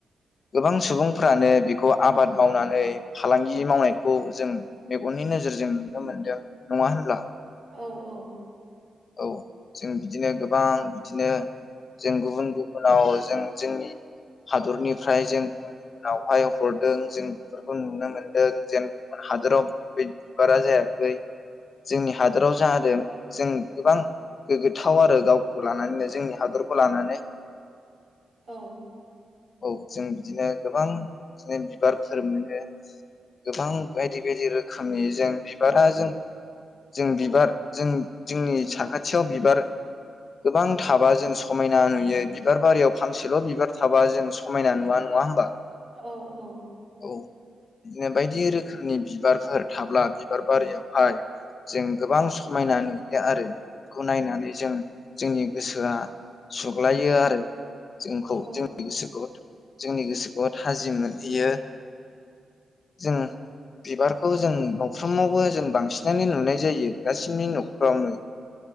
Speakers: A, on the left; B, on the right.
A: गोबां सुबुंफ्रानो बेखौ आबाद मावनानै फालांगि मावनायखौ जों मेगननि नोजोरजों नुनो मोनदों नङा होनब्ला?
B: औ औ।
A: औ जों बिदिनो गोबां बिदिनो जों गुबुन गुबुनाव जों जोंनि हादरनिफ्राय जों गुबुन गुबुनावहाय हरदों जों बेफोरखौ नुनो मोन्दों जेन गुबुन हादराव बे बिबारा जायाखै जोंनि हादोराव जादों जों गोबां गोग्गोथाव आरो गावखौ लानानैनो जोंनि हादरखौ लानानै।
B: औ।
A: औ जों बिदिनो गोबां बिदिनो बिबारफोर मोनो गोबां बायदि बायदि रोखोमनि जों बिबारा जों जों बिबार जों जोंनि साखाथियाव बिबार गोबां थाबा जों समायना नुयो बिबार बारियाव फानसेल' बिबार थाबा जों समायना नुवा नङा होमबा?
B: औ औ।
A: औ बिदिनो बायदि रोखोमनि बिबारफोर थाब्ला बिबार बारियावहाय जों गोबां समायना नुयो आरो बिखौ नायनानै जों जोंनि गोसोआ सुग्लायो आरो जोंखौ
B: औ
A: जोंनि गोसोखौ जोंनि गोसोखौ थाजिम मोन बियो जों बिबारखौ जों नफ्रोमावबो जों बांसिनानो नुनाय जायो गासिनि नखरावनो